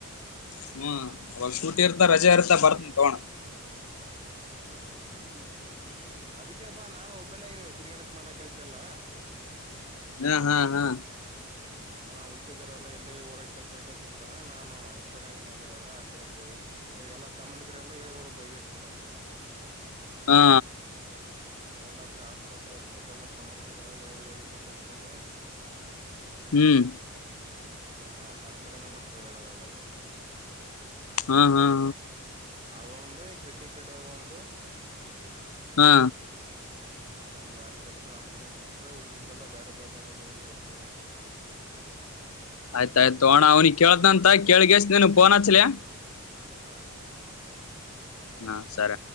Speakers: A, on the left (about 70°); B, on the right (about 25°).
A: ಹ್ಮ್ ಅವಾಗ ಶೂಟಿ ಇರ್ತ ರಜೆ ಇರ್ತಾ ಬರ್ತನ್ ತಗೋಣ
B: ಹ್ಮ್ ಅದಕ್ಕೆಪ್ಪಾ ನಾನು ಒಬ್ಬನಾಗಿನವ ತಿರ್ಗಾಡಕ್ ಮಾಡಾಕದಕ್ಕೆಲ್ಲ
A: ಹಾ ಹಾ ಹಾ
B: ಹಾ ಉಳ್ಕಿದಾರಲ್ಲ ಎಲ್ಲೇ ಊರಾಗ ಕೆಲ್ಸ ನೋಡ್ಕೊಂತಿರ್ತಾರ ನಾನು ಒಬ್ಬನಿ ಆಗಿನಲ್ ಇವಾಗ ಆ ಕಡೆ ಕಡೆ ಇವಾಗ ಎಲ್ಲಾ ಸಂಬಂಧಿಕರೆಲ್ಲಾ ಹೇಳೇಗೋರ್ಬೇಕ ವ್ಂದ
A: ಹಾ
B: ಎಲ್ಲ ಕಾರ್ಡ್ ಕೊಟ್ಟು ಅದ ಕೊಟ್ಟ ಎಲ್ಲ ಸಂಬಂಧಿಕರಿಗೆ ಎಲ್ಲ ಹೇಳಿ ಬರ್ಬೇಕ ಇವಾಗ
A: ಹ್ಮ್
B: ಹಾ ಅದ್ ನನ್ ಕಡೆನ ಬಿುಟ್ರ ಹೇಳೋದಲ್ಲೋಟ
A: ಹಾ ಹಾ ಹಾ
B: ಅ ಒಂಬ ಕೆಟ್ಟ ಕಡೆ ಒಂಬ
A: ಹಾ
B: ಹ್ಮ ಇ ಆಡ್ ಕೆಲ್ಸ ನಾನ್ ಕಡೆನ್ ಬಿಟ್ರೆ ಉಳಕಿದ್ದೆಲ್ಲ ಬೇರೆ ಬೇರೆ ಒಂದೊಂದೊಂದು ಅಷನ
A: ಆಯ್ತಾಯ್ತು ಅಣ ಅವ್ನಿ ಕೇಳ್ದಂತ ಕೇಳಗಷ್ಟನು ಪೋನ್ ಹಚ್ಲಯ
B: ಹಾ
A: ಹಾ ಸರ